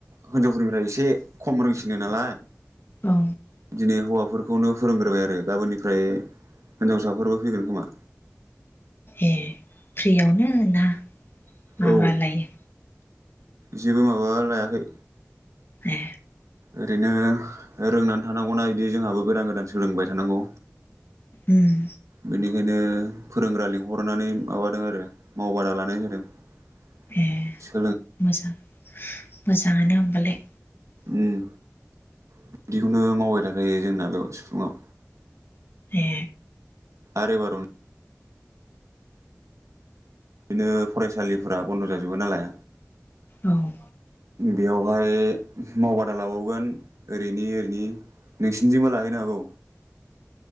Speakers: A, on the right (about 80°); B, on the left (about 45°).
A: हिनजावफोरनिफ्राय एसे खम रोंसिनो नालाय
B: औ
A: दिनै हौवाफोरखौनो फोरोंग्रोबाय आरो गाबोननिफ्राय हिनजावसाफोरबो फैगोन खोमा।
B: ए फ्रियावनो ना माबालायो
A: औ जेबो माबा लायाखै
B: ए
A: ओरैनो रोंनानै थानांगौना इदि जोंहाबो गोदान गोदान सोलोंबाय थानांगौ
B: उम
A: बेनिखायनो फोरोंग्रा लिंहरनानै माबादों आरो मावबादा लानाय होदों
B: ए मोजां मोजांङानो होमबालाय।
A: उम बिदिखौनो मावबाय थाखायो जोंनाथ' फुंङाव।
B: ए
A: आरे बारुनि बिदिनो फरायसालिफोरा बन्द जाजोबो नालाय
B: औ
A: बेवावहाय मावबादा लाबावगोन ओरैनि ओरैनि नोंसिनिथिंबो लाहैनो हागौ।